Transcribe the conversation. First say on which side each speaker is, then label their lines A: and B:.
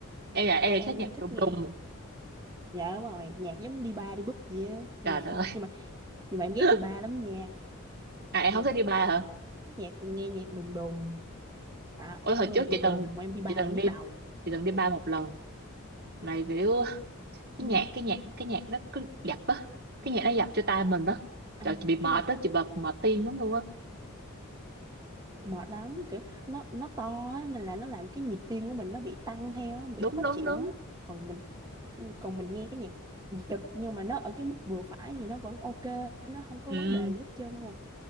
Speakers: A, on the right (about 45°); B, on the right (about 15°).
A: em là em lại
B: em
A: thích nhạc
B: thích
A: đùng
B: nghe
A: đùng
B: dạ đúng rồi nhạc giống đi ba đi búp gì á nhạc
A: trời
B: <laughs>
A: đất ơi
B: nhưng mà nhưng mà em ghét
A: <laughs>
B: đi ba lắm nha
A: à em
B: Giờ
A: không thích đi bar hả
B: thích nhạc nghe nhạc đùng đùng à,
A: ôi hồi
B: em nghe
A: trước
B: nhạc đùng
A: chị từng
B: đùng mà em đi ba
A: chị từng
B: là em nhức
A: đi
B: đầu
A: chị từng đi bar một lần mà kiểu cái
B: ừ.
A: nhạc cái nhạc cái nhạc nó cứ dập á cái nhạc nó dập cho tai mình á
B: Ờ,
A: trời chị bị mệt
B: cái
A: á chị bị mệt tim lắm luôn á
B: mệt lắm kiểu nó nó to á, nên là nó làm cái nhịp tim của mình nó bị tăng theo á,
A: đúng
B: bị khó
A: đúng
B: chịu
A: đúng
B: á còn mình ừ, còn mình nghe cái nhạc giật nhưng mà nó ở cái mức vừa phải thì nó vẫn ok nó không có
A: ừ.
B: vấn đề gì hết trơn luôn